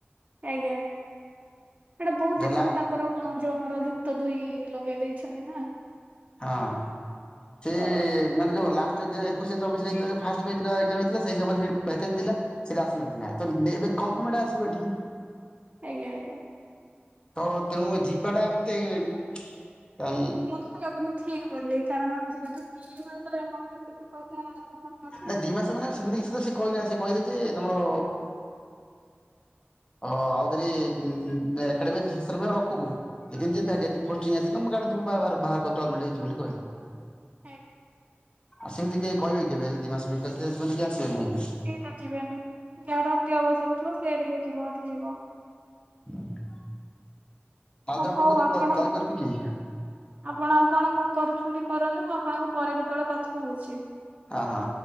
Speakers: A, on the right; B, on the left.
A: ଆଜ୍ଞା ସେଟା ବହୁତ
B: ଦେଲା
A: ଦିନରୁ ତାଙ୍କର ଆପଣ ଯଉ ଆମର ଯୁକ୍ତ ଦୁଇ ଲଗେଇ ଦେଇେଇଛନ୍ତି ନା।
B: ହଁ ସେ।
A: ତ
B: ମାନେ ଯୋଉ ଲାଷ୍ଟ ଦିଆ ଏକୋଇଶନା ଭାକାନ ଥିଲା ଚବିଶରେ ହେଇଥିଲା ଯଉ ଫାଷ୍ଟ ପେଜଟା ଏଗଜାମ ହେଇଥିଲା ସେଇ ସମୟରେ ସେଟା। ସେଟା ଆସିନଥିଲା ତ ଏବେ କନଫର୍ମ ଟା ଆସିବ ଏଠିକି।।
A: ଆଜ୍ଞା ଆଜ୍ଞା।
B: ହଁ ତେଣୁ ଯିବା ଟା ମତେ କ
A: ମତେ ଲାଗୁନି ଠିକ ବୋଲି କାରଣ ଯେହେତୁ ଦି ମାସରେ ଆପଣରେ ପଇସା। ନଥିବେ
B: ନା ଦି ମାସ ମାନେ ସେମିତି କି ସେ କହି ନାହାଁନ୍ତି ସେ କହିଲେ ଯେ ତମର। ହଁ ଆଉଥରେ ଏକାଡେମି ଶେଷରେ ପୁରା ରଖୁ। ତମ କାହାରଇିବ ବୋଲି କହିଲି <inaudible>
A: <unintelligible> ଲଂ
B: ଆଉ ସେମତି କିକହିବେ କି କେବେ ହେଲେ ଦିମାସ ବିତରେ ସେମାନେ କେହି ଆସିବେନି ମାନେ।
A: ଠିକ ଅଛି ବ୍ୟାନି ଜାର ଅତି ଆବଶ୍ୟକ ଥିବ ସେି ଟିକେ ଯିବ ଯଦି ଯିବ।
B: ଆଉଥରେ ଆପଣଙ୍କୁ
A: ହଉ
B: ଗୋଟେ
A: ଆପଣ
B: କଲ କରିବି କି।
A: ଆପଣ ଆଉ କଣ କଣ କରୁଛନ୍ତି କରନ୍ତୁ ମୁଁ ଆପଣଙ୍କୁ ପରେ କେତେବେଳେ କଥା ହଉଛି।
B: ଆହା।